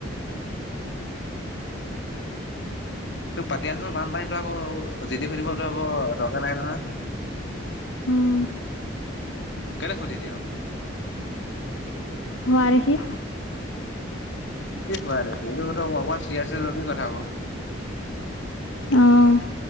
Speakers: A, on the left; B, on the left.
A: তোৰ পাতি আছো বানপানী তই আকৌ যি তি সুধিব তোৰ একো দৰকাৰ নাই নহয়।
B: উম।
A: কেলে সুধি দিয়?
B: হোৱা দেখি।
A: কি হোৱা দেখি এইটো টো অকমান চিৰিয়াচলি লবি কথা বোৰ।
B: অ'।